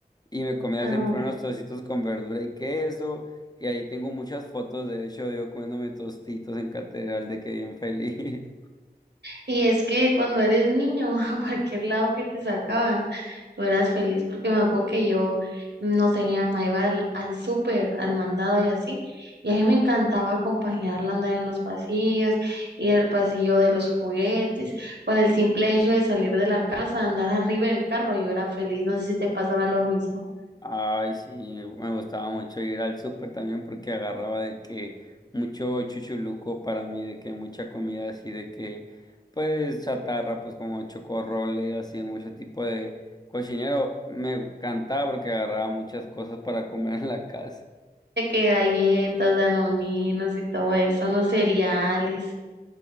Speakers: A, on the left; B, on the right.
A: Y me comía
B: Ah,
A: siempre
B: ok.
A: unos tocitos con verdura y queso. Y ahí tengo muchas fotos, de hecho, yo comiéndome tostitos en catedral de que bien feliz.
B: Y es que cuando eres niño, <laughs> a cualquier lado que te sacaban, tú eras feliz porque me acuerdo que yo, no sé, mi mamá iba al, al súper, al mandado y así, y a mí me encantaba acompañarla a andar en los pasillos, ir al pasillo de los juguetes, con el simple hecho de salir de la casa, andar arriba del carro, yo era feliz, no sé si te pasaba lo mismo.
A: Ay, sí, me gustaba mucho ir al súper también porque agarraba de que mucho chuchuluco para mí, de que mucha comida así, de que pues chatarra, pues como chocorrole, así, mucho tipo de cochinero. Me encantaba porque agarraba muchas cosas para comer en la casa.
B: De que galletas, danoninos y todo eso, no cereales.